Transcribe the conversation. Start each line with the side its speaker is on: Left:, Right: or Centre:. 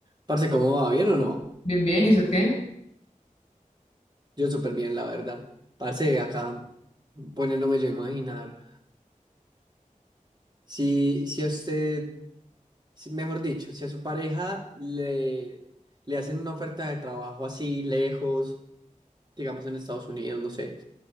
Right: Parce, ¿cómo va? ¿Bien o no?
Left: Bien, bien, ¿y usted qué?
Right: Yo súper bien, la verdad. Parce, acá poniéndome yo a imaginar. Si, si a usted, si- mejor dicho, si a su pareja le, le hacen una oferta de trabajo así lejos, digamos en Estados Unidos, no sé,